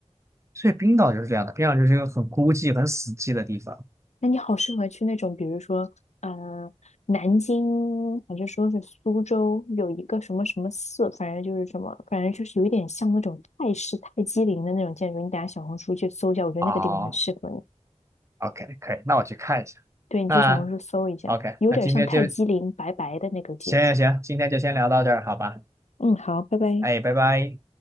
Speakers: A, on the right; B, on the left.
A: 所以冰岛就是这样的，冰岛就是一个很孤寂、很死寂的地方。
B: 那你好适合去那种，比如说，呃，南京还是说是苏州，有一个什么什么寺，反正就是什么，反正就是有一点像那种泰式泰姬陵的那种建筑。你等下小红书去搜一下，我觉得那个地方很适合你。
A: 哦，OK，可以，那我去看一下。
B: 对，你去小红书搜一下，
A: 那 OK，
B: 有点像泰姬陵白白的那个建筑。
A: 那今天就行行行，今天就先聊到这儿，好吧？
B: 嗯，好，拜拜。
A: 哎，拜拜。